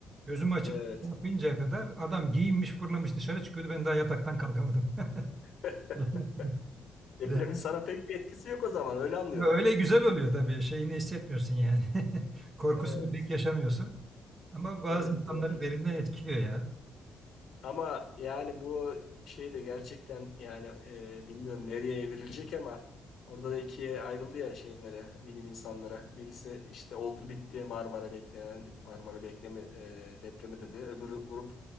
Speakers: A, on the right; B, on the left.
A: Gözümü açıp
B: Evet.
A: kapayıncaya kadar adam giyinmiş fırlamış dışarı çıkıyordu. Ben daha yataktan kalkamadım.
B: <laughs>
A: <laughs>
B: Depremin
A: De.
B: sana pek bir etkisi yok o zaman öyle anlıyorum.
A: Ya Öyle güzel oluyor tabii. Şeyini hissetmiyorsun yani. <laughs> Korkusunu
B: Evet.
A: pek yaşamıyorsun. Ama bazı
B: Evet
A: insanları
B: doğru.
A: derinden etkiliyor ya.
B: Ama yani bu şey de gerçekten yani e, bilmiyorum nereye evrilecek ama orada da ikiye ayrıldı ya şeylere, bilim insanlara. Birisi işte oldu bitti Marmara beklenen Marmara bekleme e, depremi dedi. Öbürü grup